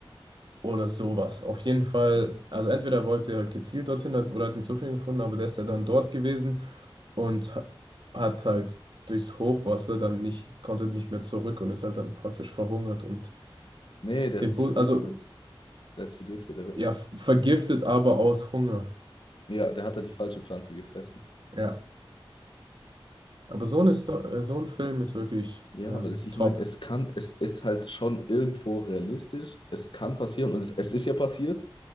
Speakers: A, on the right; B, on the left.
A: Oder sowas. Auf jeden Fall,
B: Mhm.
A: also entweder wollte er halt gezielt dorthin hat, oder hat einen Zufall gefunden, aber der ist ja dann dort gewesen und ha- hat halt durchs Hochwasser dann nicht, konnte nicht mehr zurück und ist halt dann praktisch verhungert und
B: Nee, der
A: den
B: hat sich
A: Bu
B: vergiftet.
A: also
B: Der hat sich vergiftet. Der,
A: ja, vergiftet, aber aus Hunger.
B: ja, der hat da die falsche Pflanze gefressen.
A: Ja. Aber so eine Sto äh, so ein Film ist wirklich
B: Ja,
A: ähm,
B: aber das, ich
A: top.
B: meine, es kann, es ist halt schon irgendwo realistisch. Es kann passieren und es, es ist ja passiert.